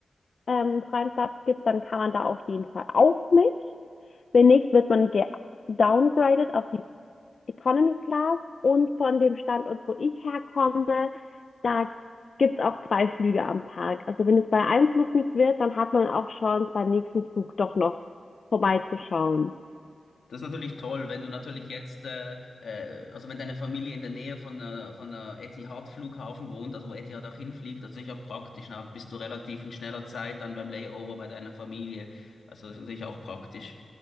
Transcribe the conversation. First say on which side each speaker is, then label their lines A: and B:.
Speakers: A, on the left; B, on the left.
A: ähm, freien Platz gibt, dann kann man da auf jeden Fall auch mit. Wenn nicht, wird man downgraded auf die Economy Class. Und von dem Standort, wo ich herkomme, da gibt's auch zwei Flüge am Tag. Also wenn es bei einem Flug nicht wird, dann hat man auch Chance, beim nächsten Flug doch noch vorbeizuschauen.
B: Das ist natürlich toll, wenn du natürlich jetzt, äh, äh, also wenn deine Familie in der Nähe von, äh, von äh, Etihad-Flughafen wohnt, also wo Etihad auch hinfliegt, das ist natürlich auch praktisch. Na, bist du relativ in schneller Zeit dann beim Layover bei deiner Familie. Also das ist natürlich auch praktisch.